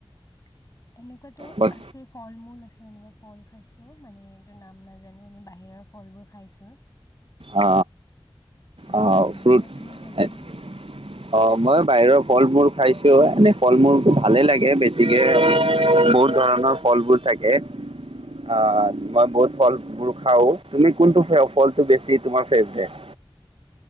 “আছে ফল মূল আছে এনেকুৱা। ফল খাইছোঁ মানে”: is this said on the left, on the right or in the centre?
Left